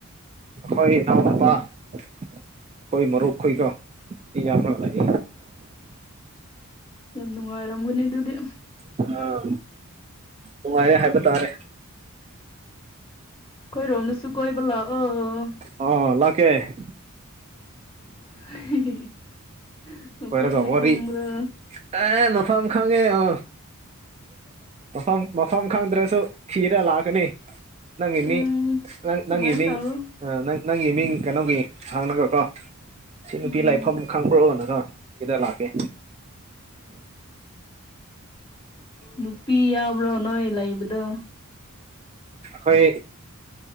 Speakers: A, on the right; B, on the left.
A: ꯍꯣꯏ ꯏꯎ ꯅꯄꯥ ꯑꯩꯈꯣꯏ ꯃꯔꯨꯨꯞ ꯈꯀꯣ ꯌꯥꯝ ꯂꯩ
B: ꯌꯥꯝ ꯅꯨꯡꯉꯥꯏꯔꯝꯒꯅꯤ ꯑꯗꯨꯗꯤ
A: ꯑꯥ ꯅꯨꯡꯉꯥꯏꯔꯦ ꯍꯥꯏꯕ ꯇꯥꯔꯦ
B: ꯀꯣꯏꯔꯣꯝꯅꯁꯨ ꯀꯣꯏꯕ ꯂꯥꯛꯑꯣ
A: ꯑ ꯂꯀꯦ
B: <inaudible> ꯃꯐꯝꯗꯤ
A: ꯀꯣꯏꯔꯒ ꯋꯥꯔꯤ
B: ꯈꯪꯕ꯭ꯔꯥ
A: ꯑꯦ ꯃꯐꯝ ꯈꯉꯦ ꯑ ꯄ ꯄꯊ ꯈꯪꯗ꯭ꯔꯁꯨ ꯊꯤꯔ ꯂꯥꯛꯀꯅꯤ ꯅꯪꯒꯤ
B: ꯎꯝ
A: ꯃꯤꯡ ꯅꯪ
B: ꯑꯗꯨꯃꯥꯏꯅ
A: ꯅꯪꯒꯤ ꯃꯤꯡ
B: ꯇꯧꯔꯣ
A: ꯅꯪ ꯅꯪꯒꯤ ꯃꯤꯡ ꯀꯩꯅꯣꯒꯤ ꯅꯍꯥꯡꯅꯒꯀꯣ ꯁꯤ ꯅꯨꯄꯤ
B: ꯎꯝ
A: ꯂꯥꯏꯐꯝ ꯈꯪꯕ꯭ꯔꯛꯕꯅꯀꯣ ꯍꯔ ꯂꯥꯛꯀꯦ
B: ꯅꯨꯄꯤ ꯌꯥꯎꯕ꯭ꯔꯣ ꯅꯣꯏ ꯂꯩꯕꯗꯣ
A: ꯍꯣꯏ